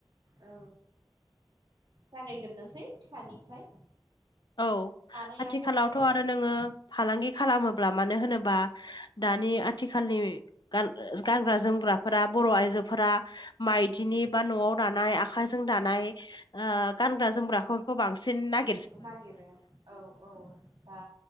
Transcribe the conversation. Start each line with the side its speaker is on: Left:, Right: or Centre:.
Right: औ जागायगोरनोसै फिसानिफ्राय।
Left: औ
Right: हानायाथ'
Left: आथिखालावथ'
Right: औ औ
Left: आरो नोङो फालांगि खालामोब्ला मानो होनोबा दानि आथिखालनिान गान-गानग्रा जोमग्राफोरा बर' आइजोफोरा माइदिनि बा न'आव दानाय आखाइजों दानाय ओ-गानग्रा जोमग्राफोरखौ बांसिन नाग
Right: नागिरो औ औ। दा